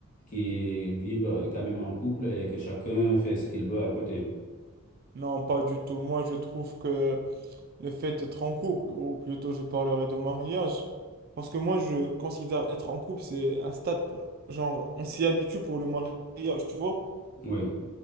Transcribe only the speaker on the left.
qui vivent euh, quand même en couple et que chacun fait ce qu'il veut à côté.
Oui,